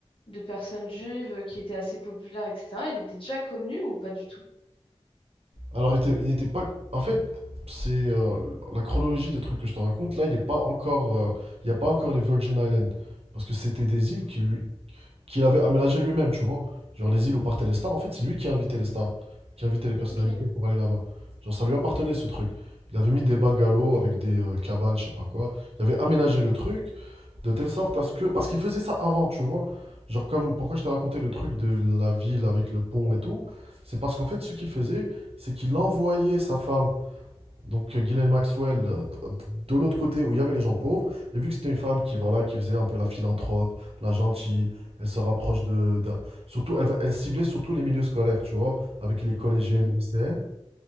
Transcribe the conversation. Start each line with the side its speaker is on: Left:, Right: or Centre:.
Left: de personnes juives qui étaient assez populaires, etc., il était déjà connu ou pas du tout?
Right: Alors, il était- il n'était pas. En fait, c'est euh, la chronologie des trucs que je te raconte. Là, il n'est pas encore. euh, Il n'y a pas encore les Virgin Islands. Parce que c'était des îles qui, lui, qu'il avait aménagé lui-même, tu vois. Genre les îles où partaient les stars, en fait, c'est lui qui invitait les stars, qui invitait les personnalités
Left: Ok.
Right: pour aller là-bas. Genre ça lui appartenait ce truc. Il avait mis des bungalows avec des euh, cabanes, je sais pas quoi. Il avait aménagé le truc de telle sorte à ce que... Parce qu'il faisait ça avant, tu vois. Genre comme pourquoi je t'ai raconté le truc de la ville avec le pont et tout, c'est parce qu'en fait ce qu'il faisait, c'est qu'il envoyait sa femme donc euh, Ghislaine Maxwell, euh, de l'autre côté où il y avait les gens pauvres, et vu que c'était une femme qui, voilà, qui faisait un peu la philanthrope, la gentille, elle se rapproche de... de- surtout, elle, va- elle ciblait surtout les milieux scolaires, tu vois, avec les collégiennes,
Left: Mhm.
Right: les lycéennes.